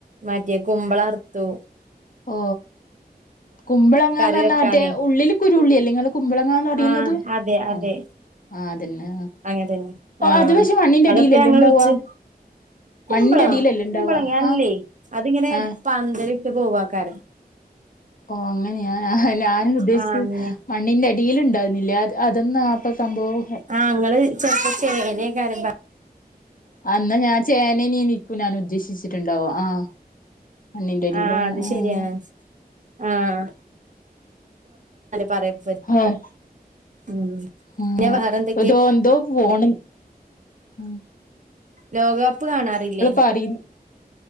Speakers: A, on the right (about 50°); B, on the left (about 60°).
A: മറ്റേ കുമ്പള അറ്ത്തു
B: ഓ കുമ്പളങ്ങാന്ന്
A: കറി
B: പറഞ്ഞാ
A: വെക്കാനേ
B: മറ്റേ ഉള്ളില് കുരു ഉള്ളെ ല്ലേ ങ്ങൾ കുമ്പിളങ്ങാന്ന് പറയുന്നത്
A: ആ അതെ അതെ
B: ആഹ് അതന്നെ
A: അങ്ങനെ തന്നെ ആ
B: അത് പക്ഷെ മണ്ണിന്റെ
A: അതൊക്കെ
B: അടീലല്ലേ
A: ഞങ്ങള്
B: ഇണ്ടാവാ
A: വെച്ച് കുമ്പളം
B: മണ്ണിന്റെടിയിലല്ലേ ഉണ്ടാവ
A: കുമ്പളങ്ങ അല്ലേ
B: ആഹ്
A: അതിങ്ങനെ
B: ആഹ്
A: പന്തലിട്ട് പോവാകാരം
B: ഓ അങ്ങനെയാ ഞാൻ ഉദ്ദേശിച്ചത്
A: ആ അങ്ങനെ
B: മണ്ണിന്റെ അടിയിൽ ഉണ്ടാകുന്നില്ലേ അത് അതെന്നാ അപ്പൊ സംഭവം
A: ആഹ് ഇങ്ങൾ ചെലപ്പോ ചേനേക്കാരം പറ്
B: എന്നാ ഞാൻ ചേനനെന്നേക്കും ഞാൻ ഉദ്ദേശിച്ചിട്ടുണ്ടാവ ആഹ് മണ്ണിന്റെ അടിയില്
A: ആ
B: ആഹ്
A: അത് ശരിയാണ് ആഹ് പറയും
B: ആഹ്
A: ഉം
B: ആഹ്
A: പിന്നെ വേറെന്തൊക്കെയ
B: എന്തോ പോണ് ഉം
A: ലോകകപ്പ് കാണാറില്ലേ?
B: പറയും